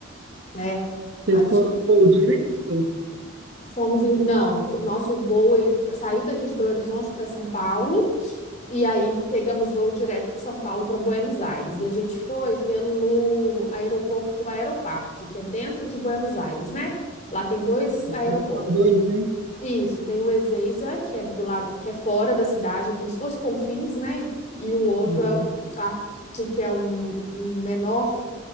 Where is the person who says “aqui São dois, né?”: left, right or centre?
Right